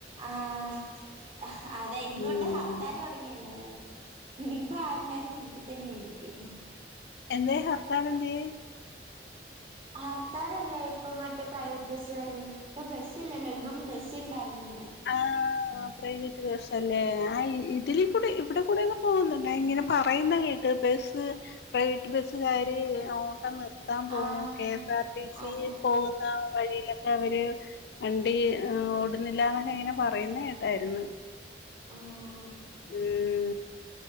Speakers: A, on the right; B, on the left.
A: ആഹ് അതെ. ഇന്ന്
B: ഉം
A: തൊട്ട് ഹർത്താല് തൊട ങ്ങിയല്ലോല്ലേ? ഇനിയിപ്പ എല്ലാരും വീട്ടിൽ തന്നെ ഇരിക്കും.
B: എന്തെ ഹർത്താലെന്തെ?
A: ഹർത്താലല്ലേ ഇപ്പൊ മറ്റേ പ്രൈവറ്റ് ബസ്സുകാര്. ഇപ്പൊ ബസ് ത്തില്ലല്ലോ. ഇന്നൊന്നും ബസ് ഉണ്ടാരുന്നില്ല.
B: ആഹ്. ആഹ് പ്രൈവറ്റ് ബസ്സല്ലേ. ആഹ് ഇതിലെ കൂടെ ഇവിടെ കൂടെ ഒക്കെ പോകുന്നുണ്ടെ. ഇങ്ങനെ പറയുന്ന കേ ത്ത് ബസ്, പ്രൈവറ്റ് ബസ് കാര് ഓട്ടം നിർ ത്താൻ പോണു.
A: ആഹ്
B: കെ എസ് ആർ ടി സി
A: അതെ
B: പോകുന്ന വഴിയിലൊ അവര് വണ്ടി ഓടുന്നില്ല എന്നൊക്കെ ഇങ്ങനെ പറയുന്ന കേട്ടായിരുന്നു.
A: ഉം.
B: ഉം.